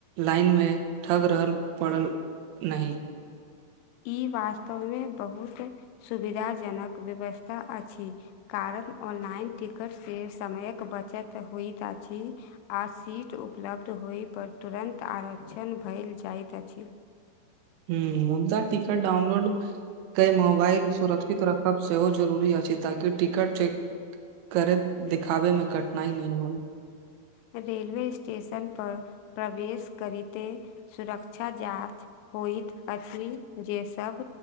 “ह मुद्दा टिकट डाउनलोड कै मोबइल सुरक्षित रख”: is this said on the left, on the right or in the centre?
Right